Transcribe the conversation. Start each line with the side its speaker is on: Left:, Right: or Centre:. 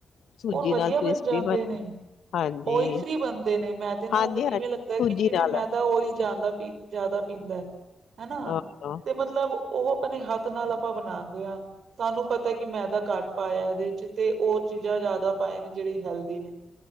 Left: ਸੂਜੀ
Right: ਉਹ ਵਧੀਆ
Left: ਨਾਲ ਕ੍ਰਿਸਪੀ
Right: ਬਣ ਜਾਂਦੇ ਨੇ
Left: ਹਾਂਜੀ
Right: ਔਹੀ ਫ੍ਰੀ ਬਣਦੇ ਨੇ ਮੈਦੇ ਨਾਲ
Left: ਹਾਂਜੀ
Right: ਇਵੇਂ
Left: ਹਾਂਜੀ
Right: ਲੱਗਦਾ
Left: ਸੂਜੀ
Right: ਕਿ ਜਿਵੇਂ
Left: ਨਾਲ
Right: ਮੈਦਾ ਓਇਲ ਜਾਂਦਾ ਪਿਕ ਜ਼ਿਆਦਾ ਪੀਂਦਾ ਹੈਨਾ
Left: ਹਾਂ
Right: ਤੇ ਮਤਲਬ ਉਹ ਆਪਣੇ ਹੱਥ ਨਾਲ ਆਪਾਂ ਬਣਾਉਂਦੇ ਹਾਂ ਸਾਨੂੰ ਪਤਾ ਕਿ ਮੈਦਾ ਕੱਟ ਪਾਇਆ ਇਹਦੇ ਚ ਤੇ ਉਹ ਚੀਜ਼ਾਂ ਜ਼ਿਆਦਾ ਪਾਏ ਨੇ ਜਿਹੜੇ ਹੈਲਦੀ ਨੇ